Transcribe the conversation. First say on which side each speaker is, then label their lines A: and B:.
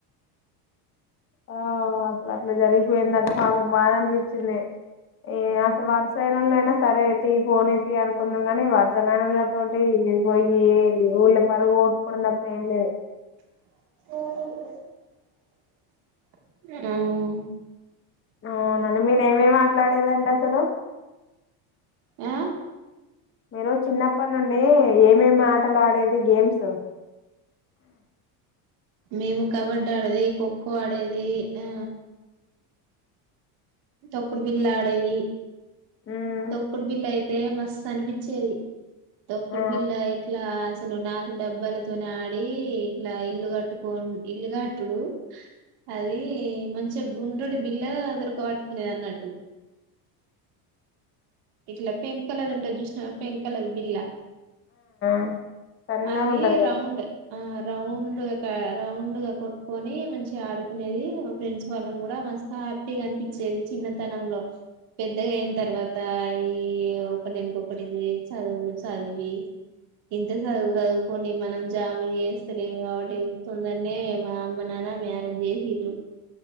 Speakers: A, on the left (about 30°); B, on the right (about 60°).
A: ఆ అసలు అట్లా జరిగిపోయిందంటే పాపం బాధ అనిపించింది ఏ అస వరుసయినల అయినా సరే అయితే ఈ పోనీ తీ అయిత అనుకుందాం గానీ వర్స దగాణల తోటి పొయ్యి ఊళ్ళ పరువు పోగొట్టుకోడం తప్ప ఏం లేదు
B: ఉమ్
A: అవునండి మీర ఏమే మాట్లాడేదండి అసలు
B: ఆ
A: మీరు చిన్నప్పటి నుండి ఏమేమి ఆటలు ఆడేది గేమ్స్ అ
B: మేము కబడ్డీ ఆడేది ఖోఖో ఆడేది ఆ తక్కుడు బిల్లు ఆడేది
A: మ్మ్
B: తొక్కుడు బిల్ల అయితే మస్తు అనిపించేది తొక్కుడు
A: ఆ
B: బిళ్ళ ఇట్లా అసలు నాలుగు డబ్బాలతోనే ఆడి ఇట్లా ఇల్లు కట్టు ఇల్లుకట్టుకో ఇల్లు కట్టుడు అది మంచిగా గుండ్రెడు బిల్లగా దొరక పట్టుకునేది అన్నట్టు ఇట్లా పెంక్ కలర్ అంటారు చూసిన పెంక్ కలర్ బిల్లా
A: ఆ సన్నగా
B: అది
A: ఉంటది కదా
B: రౌండ్ ఆ రౌండ్ రౌండ్ గా కొట్టుకొని మంచిగ ఆడుకునేది ఫ్రెండ్స్ వాళ్ళం కూడా మస్త్ హ్యాపీగా అనిపించి చిన్నతనంలో పెద్దగా అయిన తర్వాత ఈ ఒకటినుకొకటిది చదువులు చదివి ఇంత చదువులు చదువుకొని మనం జాబులు చేస్తలేం కాబట్టి తొందరనే మా అమ్మ నాన్న మ్యారేజ్ చేసిండ్రు